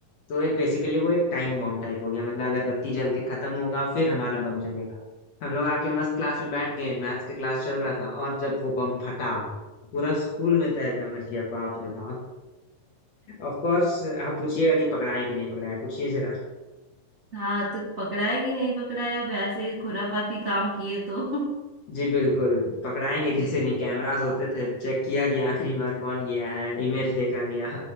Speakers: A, on the left (about 60°); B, on the right (about 75°).
A: तो एक बेसिकली वो एक टाइम बॉम्ब टाइप हो गया मतलब अगरबत्ती जल के खत्म होगा फिर हमारा बम जलेगा हम लोग आके मस्त क्लास में बैठ गए मैथ्स का क्लास चल रहा था और जब वो बम फटा पूरा स्कूल में तहलका मच गया बाप रे बाप Of course आप पूछिएगा कि पकड़ाएं कि नहीं पकड़ाएं पूछिए जरा
B: हाँ तो पकड़ा है कि नहीं पकड़ा है अब ऐसे खुराफाती काम किए तो <laughs>
A: जी बिल्कुल पकड़ाएंगे कैसे नहीं कैमरास होते थे चेक किया गया आखिरी बार कौन गया है इमेज देखा गया